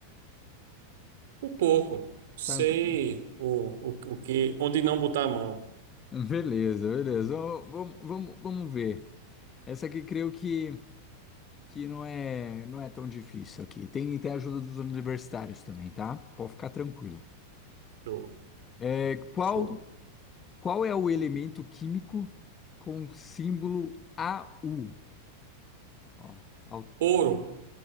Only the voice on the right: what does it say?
Um pouco. Sei
o, o, o que, onde não botar a mão.
Show,
show.
Ouro.